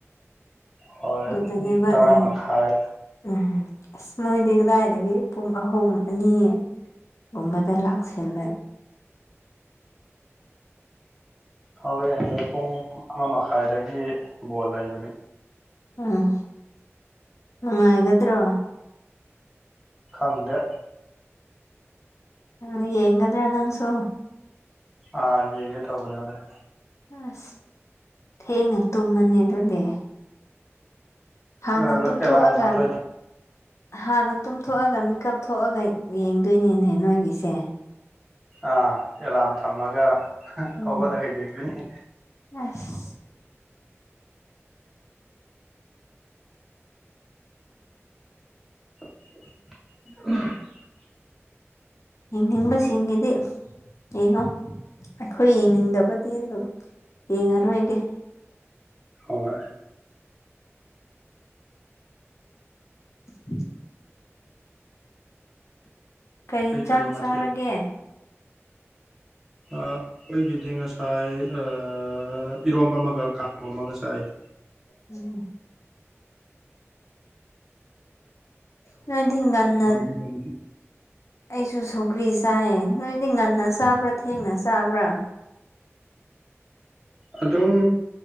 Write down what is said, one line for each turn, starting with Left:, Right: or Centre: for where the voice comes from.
Centre: ꯍꯣꯏ
Left: ꯗꯅꯦꯕ
Centre: ꯇꯔꯥ
Left: ꯎꯝ
Centre: ꯃꯈꯥꯏ
Left: ꯎꯝ ꯑꯁ ꯃꯣꯏꯗꯤ ꯀꯗꯥꯏꯗꯒꯤ ꯄꯨꯡ ꯑꯍꯨꯝ ꯑꯅꯤ ꯒꯨꯝꯕꯗ ꯂꯥꯛꯁꯤꯜꯂꯦ
Centre: ꯍꯧꯔꯦꯟꯁꯨ ꯄꯨꯡ ꯑꯃ ꯃꯈꯥꯏꯗꯒꯤ ꯕꯣꯜ ꯂꯩꯕꯅꯤ
Left: ꯎꯝ ꯅꯨꯡꯉꯥꯏꯒꯗ꯭ꯔꯣ
Centre: ꯈꯪꯗꯦ
Left: ꯎ ꯌꯦꯡꯒꯗ꯭ꯔꯥ ꯅꯪꯁꯨ
Centre: ꯑ ꯌꯦꯡꯒꯦ ꯇꯧꯕꯅꯦ ꯍꯣꯔꯦꯟ
Left: ꯑꯁ ꯊꯦꯡꯅ ꯇꯨꯝꯃꯅꯤ ꯑꯗꯨꯗꯤ ꯍꯥꯟꯅ
Centre: ꯑꯦꯂꯥꯔꯝ
Left: ꯇꯨꯝꯊꯣꯛꯑꯒ
Centre: ꯊꯝꯗꯣꯏꯅꯤ
Left: ꯍꯥꯟꯅ ꯇꯨꯝꯊꯣꯛꯑꯒ ꯃꯤꯀꯞ ꯊꯣꯛꯑꯒ ꯌꯦꯡꯗꯣꯏꯅꯤꯅꯦ ꯅꯣꯏꯒꯤꯁꯦ
Centre: ꯑꯥ ꯑꯦꯂꯥꯔꯝ ꯊꯝꯃꯒ
Left: ꯎꯝ
Centre: ꯍꯧꯒꯠꯂꯒ ꯌꯦꯡꯗ‌ꯣꯏꯅꯤ
Left: ꯑꯁ
Centre: <unintelligible>
Left: ꯌ‌ꯦꯡꯅꯤꯡꯕꯁꯤꯡꯒꯤꯗꯤ ꯌꯦꯡꯉꯣ ꯑꯩꯈꯣꯏ ꯌꯦꯡꯅꯤꯡꯗꯕꯗꯤ ꯑꯗꯨꯝ ꯌꯦꯡꯉꯔꯣꯏꯒꯦ
Centre: ꯍꯣꯏ
Left: <unintelligible> ꯀꯩ
Centre: ꯀꯔꯤ
Left: ꯌꯦꯟꯁꯥꯡ
Centre: ꯀꯔꯤ ꯃꯊ‌ꯦꯜ
Left: ꯆꯥꯔꯒꯦ
Centre: <inaudible> ꯑꯥ ꯑꯩꯈꯣꯏꯒꯤꯗꯤ ꯉꯁꯥꯏ ꯑꯏ ꯏꯔꯣꯝꯕ ꯑꯃꯒ ꯀꯥꯡꯍꯧ ꯑꯃꯒ ꯆꯥꯏꯌꯦ
Left: ꯎꯝ ꯅꯣꯏꯗꯤ ꯉꯟꯅ
Centre: ꯎꯝ
Left: ꯑꯩꯁꯨ ꯁꯧꯒ꯭ꯔꯤ ꯆꯥꯏꯌꯦ ꯅꯣꯏꯗꯤ ꯉꯟꯅ ꯆꯥꯕ꯭ꯔꯥ ꯊꯦꯡꯅ ꯆꯥꯕ꯭ꯔꯥ
Centre: ꯑꯗꯨꯝ